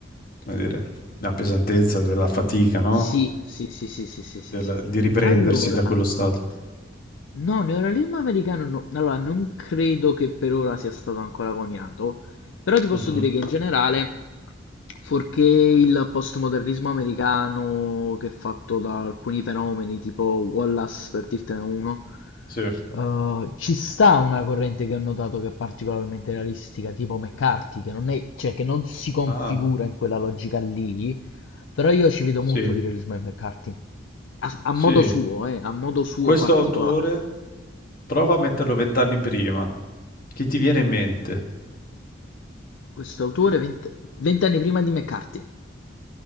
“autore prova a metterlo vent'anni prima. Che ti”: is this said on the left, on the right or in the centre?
Left